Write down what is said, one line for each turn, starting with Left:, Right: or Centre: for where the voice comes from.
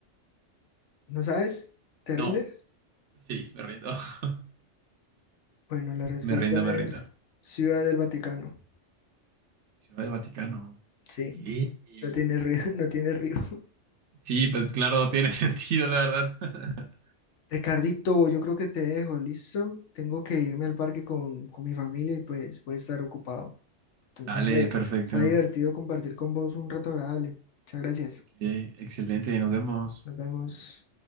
Left: ¿No sabes? ¿Te
Right: No,
Left: rindes?
Right: sí, me rindo. <laughs>
Left: Bueno, la respuesta
Right: Me rindo, me rindo.
Left: es Ciudad del Vaticano.
Right: Ciudad del Vaticano.
Left: Sí,
Right: ¿Qué?
Left: no tiene
Right: Ok.
Left: río, <laughs> no tiene río.
Right: Sí, pues claro, tiene <laughs> sentido, la verdad. <laughs>
Left: Ricardito, yo creo que te dejo, ¿listo? Tengo que irme al parque con, con mi familia y pues voy a estar ocupado. Entonces
Right: Dale,
Left: fue,
Right: perfecto.
Left: fue divertido compartir con vos un rato agradable. Muchas gracias.
Right: Ok, excelente, nos vemos.
Left: Nos vemos.